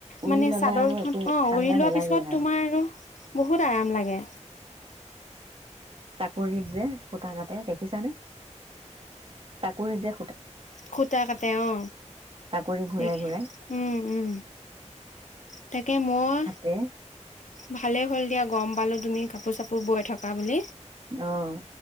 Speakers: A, on the right; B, on the left.
A: উৰি
B: মানে
A: ললে
B: চাদৰ
A: আৰু
B: কখন
A: একো
B: অ
A: ঠাণ্ডা
B: উৰি লোৱা
A: নেলাগেই
B: পিছত তোমাৰ আৰু বহুত আৰাম লাগে
A: চাকৰিত যে সুতা কাটে দেখিছানে তাকো নিজে
B: খুতা কাটে অ
A: টাকুৰি ঘূৰাই
B: দে
A: ঘূৰাই
B: উম উম তাকে মই
A: হাতে
B: ভালেই হ'ল দিয়া গম পালো তুমি কাপোৰ চাপোৰ বৈ থকা বুলি
A: অ'।